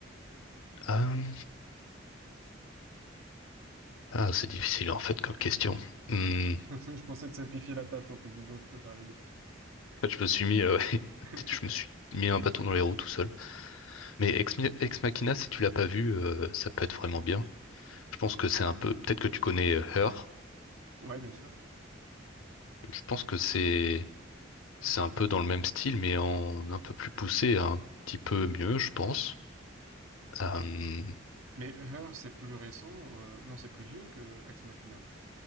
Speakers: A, on the left; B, on the right.
A: Euh, Ah, c'est difficile en fait comme question. Hmm. En
B: <laughs> Je pensais te simplifier la tâche en te disant tu peux faire les deux.
A: fait, je me suis mis, euh, <laughs>
B: <laughs>
A: je me suis mis un bâton dans les roues tout seul. Mais Ex, Mi- Ex Machina, si tu l'as pas vu, euh, ça peut être vraiment bien. Je pense que c'est un peu, peut-être que tu connais euh, Her.
B: Ouais, bien sûr.
A: Je pense que c'est, c'est un peu dans le même style, mais en un peu plus poussé, un petit peu mieux, je pense. Euh,
B: Mais Her, c'est plus récent, euh, non, c'est plus vieux que Ex Machina.